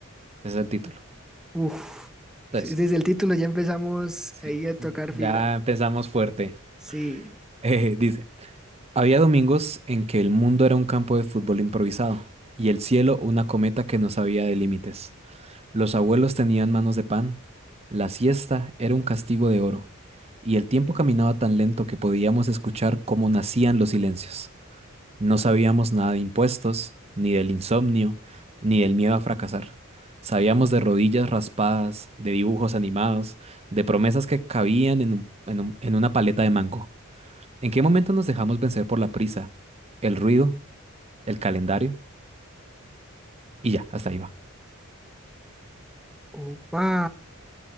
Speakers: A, on the right; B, in the centre.
A: ese es el título.
B: Uf,
A: Entonces,
B: sí, desde el título ya empezamos
A: sí,
B: ahí a tocar
A: ya
B: fibras.
A: empezamos fuerte. <laughs>
B: Sí.
A: Eh, dice, había domingos en que el mundo era un campo de fútbol improvisado y el cielo una cometa que no sabía de límites. Los abuelos tenían manos de pan, la siesta era un castigo de oro, y el tiempo caminaba tan lento que podíamos escuchar cómo nacían los silencios. No sabíamos nada de impuestos, ni del insomnio, ni del miedo a fracasar. Sabíamos de rodillas raspadas, de dibujos animados, de promesas que cabían en un- en un- en una paleta de mango. ¿En qué momento nos dejamos vencer por la prisa, el ruido, el calendario? Y ya, hasta ahí va.
B: Opa,